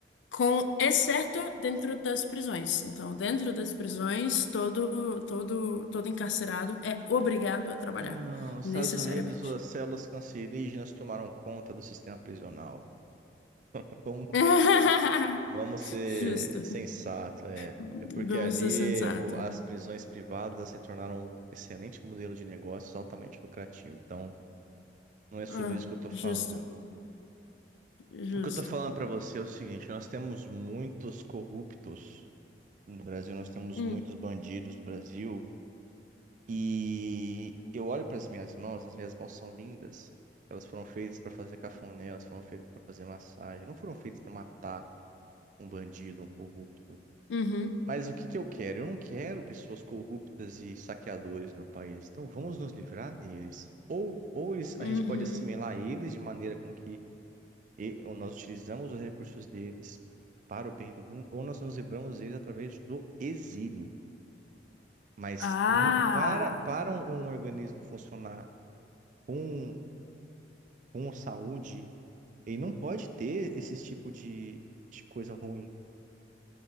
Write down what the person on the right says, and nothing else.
Não, nos
Estados Unidos as células cancerígenas tomaram conta do sistema prisional. Então
vamos ser
sensatos, é.
É porque ali
o- as prisões privadas elas se tornaram um excelente modelo de negócios altamente lucrativo. Então, não é sobre
isso que eu estou falando.
O que eu estou falando para você é o seguinte: nós temos muitos corruptos No Brasil, nós temos
muitos bandidos no Brasil. E eu olho para as minhas mãos, as minhas mãos são lindas. Elas foram feitas para fazer cafuné, elas foram feitas para fazer massagem, não foram feitas para matar um bandido, um corrupto.
Mas o que que eu quero? Eu não quero pessoas corruptas e saqueadores no meu país. Então vamos nos livrar deles. Ou, ou eles-
a gente pode assimilar eles de maneira com que e- ou nós utilizamos os recursos deles para o bem do mundo, ou nós nos livramos deles através do exílio. Mas
no- para, para um, um organismo funcionar com, com saúde, ele não pode ter esse tipo de, de coisa ruim.